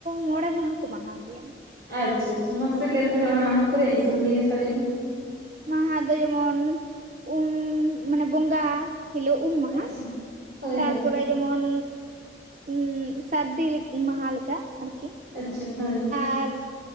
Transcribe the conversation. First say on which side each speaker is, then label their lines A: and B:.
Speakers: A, on the right; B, on the right.
A: ᱢᱚᱬᱮ ᱢᱟᱦᱟ ᱠᱚ ᱢᱟᱱᱟᱣ ᱜᱮᱭᱟ
B: ᱟᱪᱪᱷᱟ ᱪᱷᱟ ᱪᱷᱟ ᱢᱟᱥᱮ ᱞᱟᱹᱭ ᱛᱟᱦᱚᱞᱮ ᱚᱱᱟ ᱢᱟ ᱠᱚᱨᱮ ᱨᱮᱭᱟᱜ ᱧᱩᱛᱩᱢ ᱞᱟᱹᱭ ᱥᱟᱰᱮ ᱢᱮ᱾
A: ᱢᱟᱦᱟ ᱫᱚ ᱡᱮᱢᱚᱱ ᱩᱢ ᱢᱟᱱᱮ ᱵᱚᱸᱜᱟ ᱦᱤᱞᱚᱜ ᱩᱢ ᱢᱟᱦᱟ
B: ᱟᱪᱪᱷᱟ ᱦᱳᱭ
A: ᱛᱟᱨᱯᱚᱨᱮ
B: ᱦᱳᱭ
A: ᱡᱮᱢᱚᱱ ᱩᱸᱻ ᱥᱟᱹᱨᱫᱤ ᱢᱟᱦᱟ ᱞᱮᱠᱟ ᱟᱨᱠᱤ
B: ᱟᱪᱷᱟ ᱦᱳᱭ
A: ᱟᱨ